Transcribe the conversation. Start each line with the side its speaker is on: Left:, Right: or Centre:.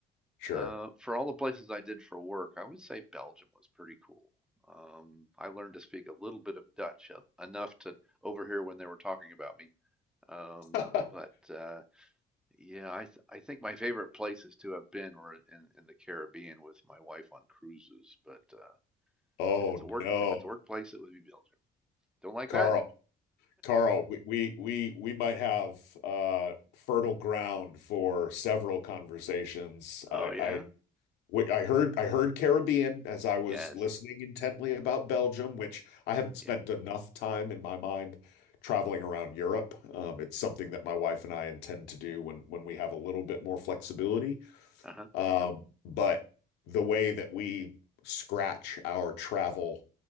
Left: sure
Centre: uh, for all the places I did for work, I would say Belgium was pretty cool. Um, I learned to speak a little bit of Dutch, uh, enough to overhear when they were talking about me. Um,
Left: <laughs>
Centre: but uh, yeah, I th I think my favorite places to have been were in, in the Caribbean with my wife on cruises. But uh,
Left: oh
Centre: if it's a work
Left: no
Centre: if it's a workplace, it would be Belgium. Don't like
Left: carl
Centre: that?
Left: Carl, we we we, we might have uh, fertile ground for several conversations.
Centre: Oh
Left: I,
Centre: yeah?
Left: I we- I heard I heard Caribbean as I was
Centre: Yes.
Left: listening intently about Belgium, which I haven't spent
Centre: Yeah.
Left: enough time in my mind traveling around Europe. Um, it's something that my wife and I intend to do when when we have a little bit more flexibility.
Centre: Uh-huh.
Left: Um, but the way that we scratch our travel